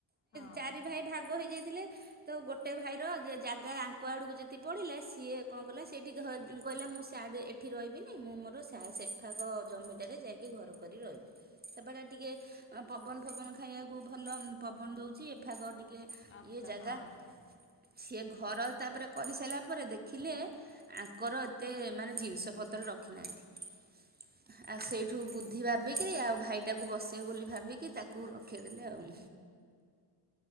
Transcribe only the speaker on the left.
ହଁ
ଆଚ୍ଛା
ହଁ